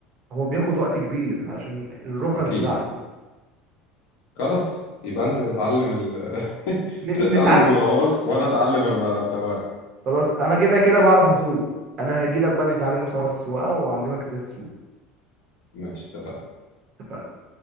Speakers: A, on the right; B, on the left.
A: هو بياخد وقت كبير عشان الرخص
B: اكيد
A: بتاعته
B: خلاص يبقى انت تتعلم ال... <laughs>
A: ن-
B: انت
A: نتعلم
B: تتعلم تبقى غواص وانا اتعلم ابقى سواق
A: خلاص انا كده كده بعرف اسوق انا هجيلك بقى نتعلموا سوا السواقه واعلمك ازاي تسوق
B: ماشي اتفقنا
A: اتفقنا